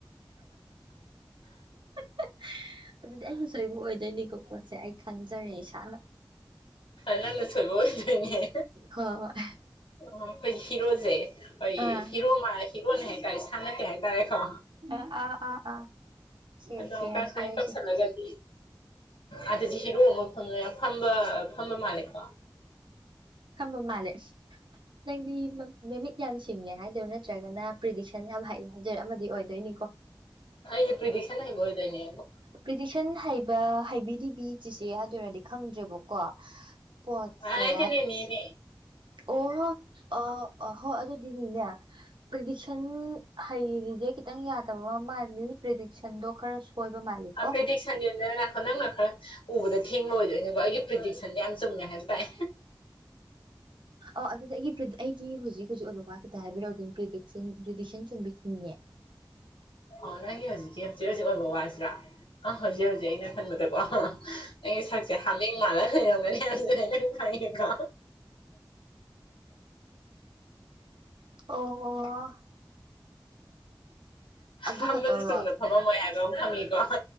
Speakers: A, on the right (about 70°); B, on the left (about 85°).
A: <inaudible> ꯑꯗꯨꯗꯤ ꯑꯩꯩꯅ ꯁꯣꯏꯕ ꯑꯣꯏꯗꯣꯏꯅꯤꯀꯣ ꯄꯣꯠꯁꯦ ꯑꯩ ꯈꯪꯖꯔꯦ ꯏꯁꯥꯅ
B: ꯅꯪꯅ ꯁꯣꯏꯕ ꯑꯣꯏꯗꯣꯏꯅꯦ
A: ꯍꯣꯏ ꯍꯣꯏ
B: ꯑꯣ ꯑꯩꯈꯣꯏ ꯍꯤꯔꯣꯖꯦ ꯍꯣꯏ
A: ꯑꯥ
B: ꯍꯤꯔꯣ ꯍꯤꯔꯣꯅꯦ ꯍꯥꯏꯇꯥꯔꯦ ꯏꯁꯥꯅ ꯀꯩ ꯍꯥꯏꯇꯥꯔꯦꯀꯣ
A: ꯑꯥ ꯑꯥ ꯑꯥ ꯑꯥ ꯁꯦꯠꯁꯦ
B: ꯑꯗꯣꯨꯀ
A: ꯍꯥꯏꯁꯦ
B: ꯍꯥꯏꯥꯏꯅ
A: ꯍꯥꯏꯁꯦ
B: ꯇꯧꯁꯜꯂꯒꯗꯤ ꯑꯗꯨꯗꯤ ꯍꯤꯔꯣ ꯑꯃ ꯐꯪꯉꯦ ꯐꯝꯕ ꯐꯝꯕ ꯃꯥꯜꯂꯦꯀꯣ
A: ꯈꯝꯕ ꯃꯥꯂꯦ ꯅꯪꯗꯤ ꯅꯨꯃꯤꯠ ꯌꯥꯝ ꯁꯤꯡꯉꯦ ꯍꯥꯏꯗꯣꯏꯔꯥ ꯅꯠꯇ꯭ꯔꯒꯅ ꯄ꯭ꯔꯤꯗꯤꯛꯁꯟ ꯌꯥꯝ ꯍꯩꯑ ꯍꯥꯏꯗꯣꯏꯔ ꯑꯃꯗꯤ ꯑꯣꯏꯗꯣꯏꯅꯤꯀꯣ
B: ꯗꯤ ꯄꯤꯗꯤꯁꯅ ꯍꯦꯛꯒ ꯑꯣꯏꯣꯏꯗꯦꯅꯦ
A: ꯄ꯭ꯔꯤꯇꯤꯁꯟ ꯍꯥꯏꯕ ꯍꯥꯏꯕꯤꯔꯤꯕꯤ ꯆꯁꯦ ꯍꯥꯏ ꯑꯣꯏꯔꯗꯤ ꯈꯪꯗ꯭ꯔꯦꯕꯀꯣ ꯄꯣꯁꯦ
B: ꯍꯥꯏꯗꯤꯅꯦꯅꯦꯅꯦ
A: ꯑꯣ ꯍꯣ ꯑ ꯑ ꯍꯣꯏ ꯑꯗꯨꯗꯤꯅꯤꯅꯦ ꯄ꯭ꯔꯤꯗꯤꯛꯁꯟ ꯍꯩꯔꯤꯁꯦ ꯈꯤꯇꯪ ꯌꯥꯗꯕ ꯃꯥꯜꯂꯤ ꯄ꯭ꯔꯔꯤꯗꯤꯛꯁꯟꯗꯣ ꯈꯔ ꯁꯣꯏꯕ ꯃꯥꯜꯂꯤꯀꯣ
B: ꯄ꯭ꯔꯤꯗꯤꯛꯁꯟ ꯅꯪꯅ ꯈꯔ ꯎꯕꯗ ꯊꯦꯡꯕ ꯑꯣꯏꯗꯣꯏꯅꯦꯀꯣ ꯑꯩꯒꯤ ꯄ꯭ꯔꯤꯗꯤꯛꯁꯟꯗꯤ ꯌꯥꯝ ꯆꯨꯝꯃꯦ ꯍꯥꯏꯕ ꯇꯥꯏ
A: ꯑ ꯑꯗꯨꯗ ꯑꯩꯒꯤ ꯑꯩꯒꯤ ꯍꯧꯖꯤꯛ ꯍꯧꯖꯤꯛ ꯑꯣꯏꯕ ꯋꯥꯠ ꯀꯗ ꯍꯥꯏꯕꯤꯔꯛ ꯑꯗꯨ꯭ꯟ ꯭ꯔꯤꯗꯤꯁꯟ ꯆꯨꯝꯕꯤꯅꯦꯦ
B: ꯑꯣ ꯅꯪꯒꯤ ꯍꯧꯖꯤꯛꯀꯤ ꯍꯧꯖꯤꯛ ꯍꯧꯖꯤꯛ ꯑꯣꯏꯕ ꯋꯥꯁꯤꯔꯥ ꯑ ꯍꯧꯖꯤꯛ ꯍꯧꯖꯤꯛ ꯑꯩꯅ ꯈꯟꯕꯗꯀꯣ ꯑꯩꯒꯤ ꯁꯛꯁꯦ ꯍꯥꯃꯦꯡ ꯃꯥꯜꯂ ꯂꯩꯔꯝꯒꯅꯤ ꯑꯗꯨꯁꯨ ꯑꯩꯅ ꯈꯪꯉꯦꯀꯣ
A: ꯑꯣ ꯑꯣ ꯑꯗꯨ
B: ꯐꯝꯕꯁꯦ
A: ꯈꯛꯇꯔꯣ
B: ꯆꯨꯝꯗ ꯐꯝꯃꯝꯃꯣꯏ ꯍꯥꯏꯕ ꯐꯪꯉꯤꯀꯣ